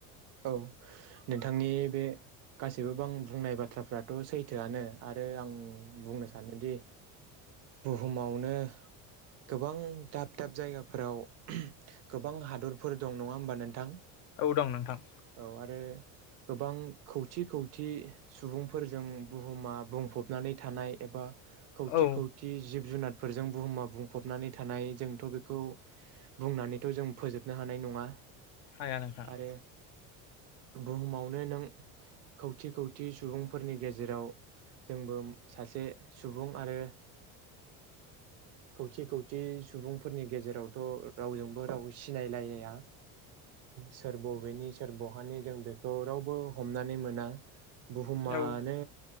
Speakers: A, on the right; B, on the left.
A: औ नोंथांनि बे गासैबो बां बुंनाय बाथ्राफ्राथ' सैथोआनो आरो आं बुंनो सानोदि बुहुमावनो गोबां दाब दाब जायगाफोराव गोबां हादर फोर दं नङा होमबा नोंथां?
B: औ दं नोंथां।
A: औ आरो गोबां खौथि खौथि सुबुंफोरजों बुहुमा बुंफबनानै थानाय एबा खौथि
B: औ
A: खौथि जिब जुनार फोरजों बुहुमा बुंफबनानै थानाय जोंथ' बेखौ बुंनानैथ' जों फोजोब नो हानाय नङा।
B: हाया नोंथां।
A: आरो बुहुमावनो नों खौथि खौथि सुबुंफोरनि गेजेराव जोंबो सासे सुबुं आरो खौथि खौथि सुबुंफोरनि गेजेरावथ' रावजोंबो राव सिनायलायनाया सोर बबेनि सोर बहानि जों बेखौ रावबो हमनानै मोना। बुहुमानो
B: औ